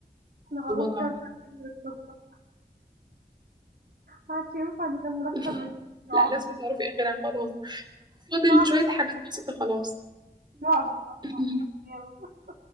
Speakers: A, on the right; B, on the right.
A: إحنا خلاص
B: مصوته
A: كده مش هنكمل القصة. ما عادش ينفع نكمل
B: <laughs>
A: أكتر من كده،
B: لا
A: رعب،
B: لازم تعرفي اخرها خلاص فاضل
A: رعب،
B: شوية حاجات بسيطة خلاص
A: رعب، رعب،
B: <laughs>
A: رعب